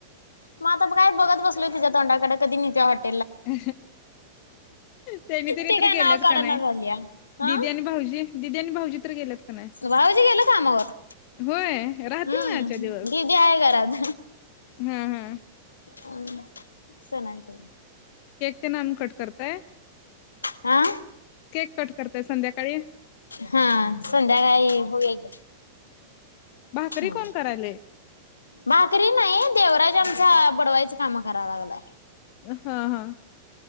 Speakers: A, on the left; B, on the left.
A: मग आता काय बघत बसलय तिच्या तोंडाकडे कधीत्या वाटत.
B: अ. त्यांनी त्यांनी
A: ती
B: तर
A: काय
B: गेल्यात
A: नाव काढना
B: का नाही
A: झाल्या हा
B: दिदी आणि भाऊजी दिदी आणि भाऊजी तर गेल्यात का? नाही
A: भाऊजी गेलं कामावर
B: होय राहतील
A: हम्म
B: ना आजच्या दिवस
A: दिदी आहे घराात
B: हा हा
A: ह चनत आहे.
B: ते नान कट करताय.
A: आं.
B: केक कट करतय संध्याकाळी
A: हा संध्याकाळी होऊया.
B: भाकरी
A: ह
B: कोण करायलय
A: भाकरी नाही देवराज आमच्या बडवायच. काम कराव लागलं आहे.
B: हा हा.